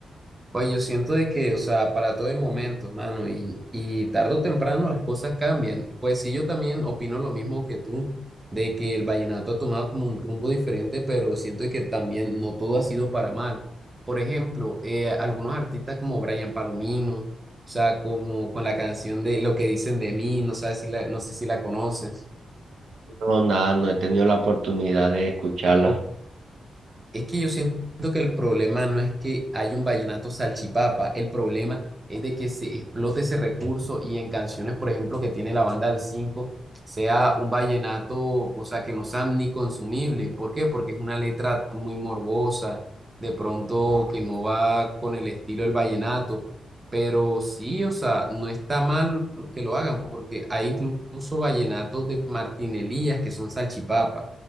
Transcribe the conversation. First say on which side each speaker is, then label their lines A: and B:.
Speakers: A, on the right; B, on the right.
A: Pues yo siento de que, o sea, para todo hay momentos, mano, y, y tarde o temprano las cosas cambian. Pues sí, yo también opino lo mismo que tú, de que el vallenato ha tomado como un rumbo diferente, pero siento que también no todo ha sido para mal. Por ejemplo, eh, algunos artistas como Brian Palomino, o sea, como con la canción de Lo que dicen de mí, no sabes si la, no sé si la conoces,
B: No, nada, no he tenido la oportunidad de escucharla.
A: o Es que yo siento que el problema no es que haya un vallenato salchipapa, el problema es de que se explote ese recurso y en canciones, por ejemplo, que tiene la banda del 5, sea un vallenato, o sea, que no sea ni consumible. ¿Por qué? Porque es una letra muy morbosa, de pronto que no va con el estilo del vallenato. Pero sí, o sea, no está mal que lo hagan, porque hay incluso vallenatos de Martín Elías que son salchipapas